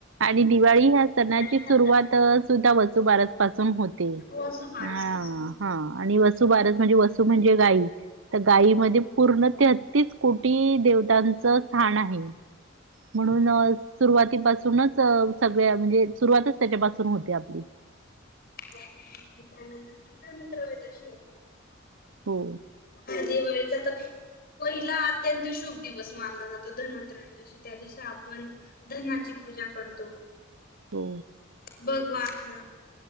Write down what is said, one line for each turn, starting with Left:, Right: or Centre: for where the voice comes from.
Right: आणि दिवाळी ह्या सणाची
Left: हा
Right: सुरुवात सुद्धा वसुबारस पासून होते.
Left: रोज बारसपासून
Right: ह
Left: होते.
Right: हा आणि वसुबारस म्हणजे वसू म्हणजे गाय तर गायमध्ये पूर्ण तेहत्तीस कोटी देवतांच स्थान आहे. म्हणून सुरुवातीपासूनच सगळ्या म्हणजे सुरुवातच त्याच्यापासून होते आपली.
Left: त्यानंतर म्हणता <unintelligible> येतो
Right: हो
Left: हा दिवाळीचा तर. पहिला अत्यंत शुभ दिवस मानला जातो. धनोत्रयदवशी त्या दिवस आपण धनाची पूजा करतो.
Right: हो
Left: भगवान